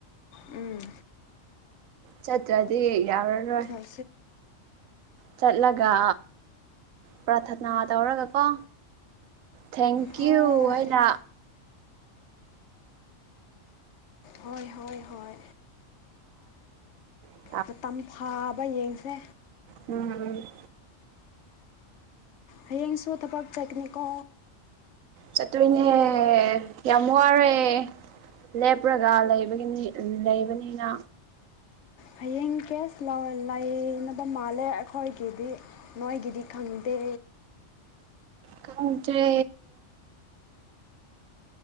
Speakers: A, on the left; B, on the right.
A: ꯎꯝ
B: ꯆꯠꯇ꯭ꯔꯗꯤ ꯌꯥꯎꯔꯔꯣꯏ
A: ꯁ
B: ꯆꯠꯂꯒ ꯄ꯭ꯔꯊꯅꯥ ꯇꯧꯔꯒ ꯀꯣ ꯊꯦꯡꯀ꯭ꯌꯨ
A: ꯍꯣꯏ
B: ꯍꯥꯏꯅ
A: ꯍꯣꯏ ꯍꯣꯏ ꯍꯣꯏ
B: ꯑ
A: ꯃꯇꯝ ꯐꯥꯕ ꯌꯦꯡꯁꯦ
B: ꯎꯝ ꯎꯝ
A: ꯍꯌꯦꯡꯁꯨ ꯊꯕꯛ ꯆꯠꯅꯤꯀꯣ
B: ꯆꯠꯇꯣꯏꯅꯦ ꯌꯥꯝ ꯋꯥꯔꯦ ꯂꯦꯞꯄ꯭ꯔꯒ ꯂꯩꯕꯒꯤꯅꯤ ꯂꯩꯕꯅꯤꯅ
A: ꯍꯌꯦꯡ ꯀꯦꯁ ꯂꯩꯅꯕ ꯃꯥꯜꯂꯦ ꯑꯩꯈꯣꯏꯒꯤꯗꯤ ꯅꯒꯤꯗꯤ ꯈꯪꯗꯦ
B: ꯀꯆꯦ